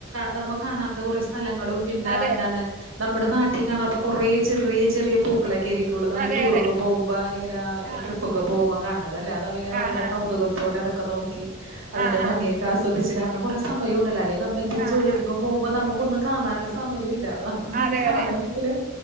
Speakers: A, on the right; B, on the right.
A: നമ്മ കാണാത്ത കുറെ സ്ഥലങ്ങളും പിന്നെ
B: അതെ
A: എന്താണ് നമ്മുടെ നാട്ടി കാണാത്ത കൊറേ ചെറിയ ചെറിയ പൂക്കളൊക്കെ ആയിരി കൂള്ന്നമ്മ
B: അതെ
A: ടൂറൊക്കെ
B: അതെ
A: പോഉമ്പോ ഇങ്ങനെ
B: ആ
A: ട്രിപ്പൊക്കെ പോഉമ്പോ കാൺണതല്ലേ അ ന്ന പിന്നെ ഭയങ്കര
B: ആഹാ
A: കൗതുകത്തോടെ അതൊക്കെ നോക്കി അതിന്റെ
B: ആഹാ
A: ഭംഗി ക്കാസ്വദിച്ച് കാരണം കുറെ സമയം ഉണ്ടല്ലേ അല്ലേ നമ്മ എന്തേലു
B: ആഹാ ആഹാ
A: ജോലിക്കൊക്കെ പോഉമ്പോ നമുക്കൊന്നും കാണാനുള്ള സമയൂല്ല <unintelligible>
B: അതെ
A: കാണണെങ്കിലും
B: അതെ